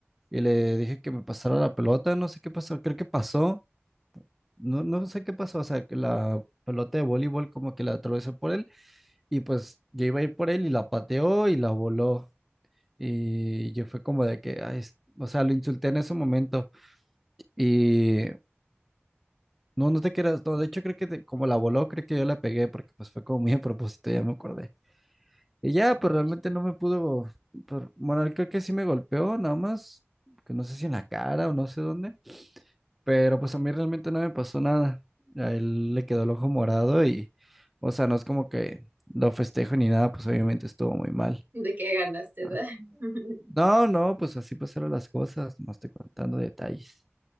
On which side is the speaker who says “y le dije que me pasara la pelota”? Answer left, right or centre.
Centre